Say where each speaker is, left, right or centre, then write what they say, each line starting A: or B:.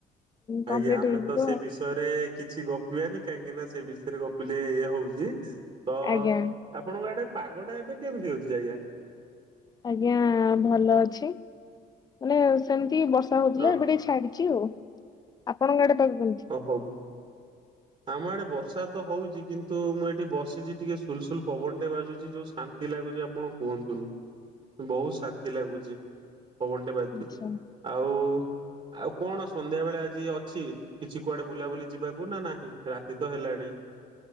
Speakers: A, on the left (about 25°); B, on the right (about 40°).
A: କମ୍ପ୍ଲିଟ
B: ଆଜ୍ଞା ଆମେ
A: ହେଇଯିବ
B: ତ ସେ ବିଷ। ବିଷୟରେ କିଛି ଗପିବାନି କାହିଁକି ନା ସେ ବିଷୟରେ ଗପିଲେ ଇୟା ହଉଛି ତ।
A: ଆଜ୍ଞା।
B: ଆପଣଙ୍କ ଆଡେ ପାଗଟା ଏବେ କେମିତି ଅଛି ଆଜ୍ଞା।
A: ଆଜ୍ଞା ଭଲ ଅଛି ମାନେ। ସେମିତି ବର୍ଷା ହଉଥିଲା
B: ହଁ
A: ଏବେ ଟିକେ ଛାଡିଚି ଆଉ ଆପଣଙ୍କ ଆଡେ ପାଗ କେମିତି
B: ହଉ।
A: ହଁ
B: ଆମ ଆଡେ ବର୍ଷା ତ ହଉଛି କିନ୍ତୁ ମୁଁ ଏଠି ବସିଛି ଟିକେ ସୁଲସୁଲ ପବନ ଟେ ବାଜୁଛି ଯୋଉ ଶାନ୍ତି। ନ୍ତି ଲାଗୁଛି ଆପଣ କୁହନ୍ତୁନି।
A: <unintelligible>
B: ବହୁତ ଶାନ୍ତି ଲାଗୁଛି ପବନ ଟା ବାଜୁଛି।
A: ଆଚ୍ଛା।
B: ଆଉ ଆଉ କଣ ସନ୍ଧ୍ୟା ବେଳେ ଆଜି ଅଛି। କିଛି କୁଆଡେ ବୁଲାବୁଲି ଯିବାକୁ ନା ନାହିଁ ରାତି ତ ହେଲାଣି